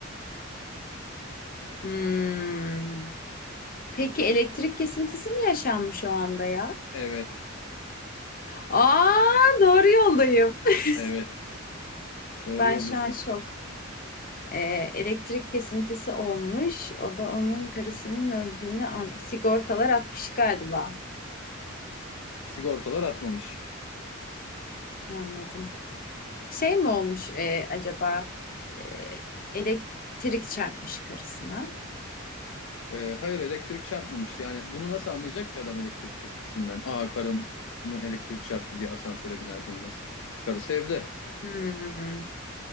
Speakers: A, on the left (about 45°); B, on the left (about 65°).
A: Hmm. Peki elektrik kesintisi mi yaşanmış o anda ya?
B: Evet.
A: Aa doğru yoldayım. <laughs>
B: Evet. Doğru
A: Ben
B: yoldasın.
A: şu an şok. E, elektrik kesintisi olmuş. O da onun karısının öldüğünü an sigortalar atmış galiba.
B: Sigortalar atmamış.
A: Anladım. Şey mi olmuş e, acaba E, elektrik çarpmış karısına?
B: Ee, hayır elektrik çarpmamış. Yani bunu nasıl anlayacak ki adam elektrik kesintisinden? Aa karım mı elektrik çarptı diye asansöre biner binmez. Karısı evde.
A: Hmm.